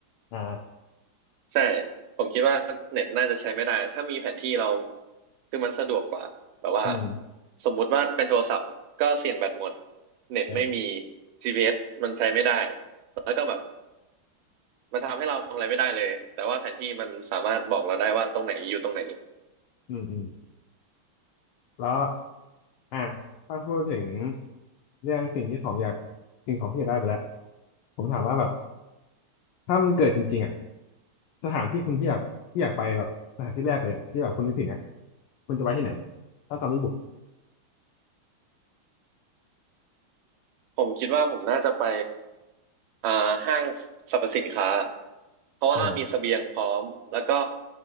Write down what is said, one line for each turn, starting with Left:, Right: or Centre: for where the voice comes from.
Left: อ่า
Right: ใช่ผมคิดว่าเน็ตน่าจะใช้ไม่ได้ถ้ามีแผนที่เราคือมันสะดวกกว่าแบบว่า
Left: อืม
Right: สมมุติว่าเป็นโทรศัพท์ก็เสี่ยงแบตหมดเน็ตไม่มี
Left: เออ
Right: GPS มันใช้ไม่ได้แล้วก็แบบมันทำให้เราทำอะไรไม่ได้เลยแต่ว่าแผนที่มันสามารถบอกเราได้ว่าตรงไหนอยู่ตรงไหน
Left: อืมอืมแล้วอ่าถ้าพูดถึงเรื่องสิ่งที่ของอยากสิ่งของที่อยากได้ไปแล้วผมถามว่าแบบถ้ามันเกิดจริงๆอ่ะสถานที่คุณที่อยากที่อยากไปแบบสถานที่แรกเลยอะที่แบบคุณนึกถึงอ่ะคุณจะไปที่ไหนถ้าซอมบี้บุก
Right: ผมคิดว่าผมน่าจะไปอ่าห้างสรรพสินค้าเพราะว่ามีเสบียงพร้อมแล้วก็
Left: เออ